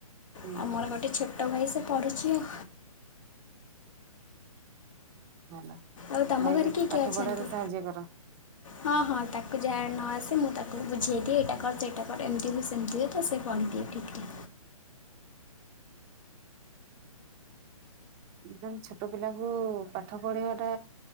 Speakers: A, on the right; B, on the left.
A: ହୁଁ
B: ଆଉ ମୋର ଗୋଟେ ଛୋଟ ଭାଇ ସେ ପଢୁଛି ଆଉ।
A: ହେଲା
B: ଆଉ ତମ
A: ଭାଇକି
B: ଘରେ କିଏ
A: ପାଠ
B: କିଏ ଅଛନ୍ତି
A: ପଢାରେ ସାହାଯ୍ୟ କର।
B: ହଁ ହଁ ତାକୁ ଯାହା ନ ଆସେ ମୁଁ ତାକୁ ବୁଝେଇଦିଏ ଏଇଟା କର ସେଇଟା କର ଏମିତି ହୁଏ ସେମିତି ହୁଏ ତ ସେ ପଢ଼ିଦିଏ ଠିକ୍ ରେ।
A: <inaudible> ଦେନ୍ ଛୋଟ ପିଲାଙ୍କୁ ପାଠ ପଢେଇଆଟା